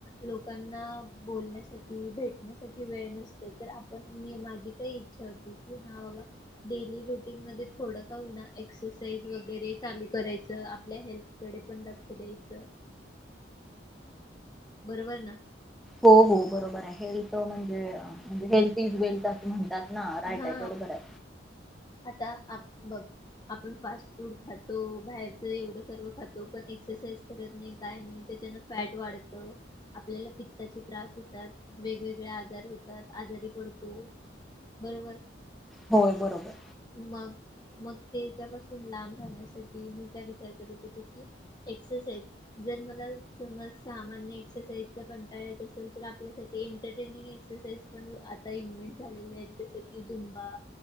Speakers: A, on the left; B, in the centre.
A: लोकांना बोलण्यासाठी भेटण्यासाठी वेळ नसतो. तर आपण मी माझी काय इच्छा होती की, कि हा बाबा डेली रुटीन मध्ये थोड का होईना एक्सरसाइज वगैरे चालू करायच आपल्या हेल्थ कडे पण लक्ष द्यायच. बरोबर ना
B: हो हो बरोबर आहे हेल्थ म्हणजे म्हणजे हेल्थ इज वेल्थ अस म्हणतात. ना राईट
A: हा
B: आहे बरोबर आहे
A: आता आप बघ आपण फास्ट फूड खातो बाहेरच एवढ सर्व खातो पण एक्सरसाइज करत नाही काय नाही त्याच्यान फॅट वाढत आपल्याला पित्ताचे त्रास होतात वेगवेगळे आजार होतात आजारी पडतो. बरोबर
B: होय बरोबर
A: मग मग तेच्यापासून लाब राहण्यासाठी मी काय विचार करत होते की एक्सरसाइज जर मला समज सामान्य एक्सरसाइजचा कंटाळा येत असेल तर आपल्यासाठी एंटरटेनींग एक्सरसाइज पण आता इनविट झालेल्या आहेत जस की जुम्बा